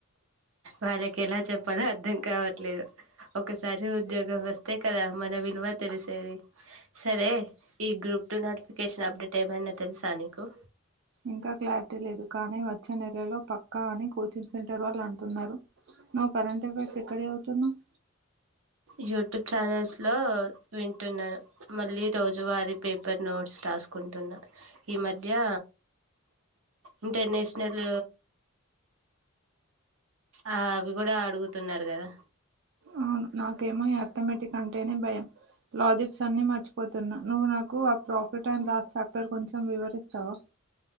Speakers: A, on the right; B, on the right.
A: వాళ్ళకి ఎలా చెప్పాలో అర్థం కావట్లేదు ఓ ఒకసారి ఉద్యోగం వస్తే కదా మన విలువ తెలిసేది సరే ఈ గ్రూప్ టు నోటిఫికేషన్ అప్డేట్ ఏమన్నా తెలుసా నీకు
B: ఇంకా క్లారిటీ లేదు కానీ వచ్చే నెలలో పక్క అని కోచింగ్ సెంటర్ వాళ్ళు అంటున్నారు నువ్వు కరెంట్ అఫైర్స్ ఎక్కడ చదు తున్నావ్
A: యూట్యూబ్ ఛానల్స్లో వింటున్నాను మళ్ళీ రోజువారీ పేపర్ నోట్స్ రాసుకుంటున్నాను ఈ మధ్య ఇంటర్నేషనల్ ఆ అవి కూడా అడుగుతున్నారు కదా
B: అవును నాకేమో అర్థమేటిక్ అంటేనే భయం లాజిక్స్ అన్ని మర్చిపోత చెబుతున్నా నువ్వు నాకు ప్రాఫిట్ అండ్ లాస్ చాప్టర్ కొంచెం వివరిస్తావా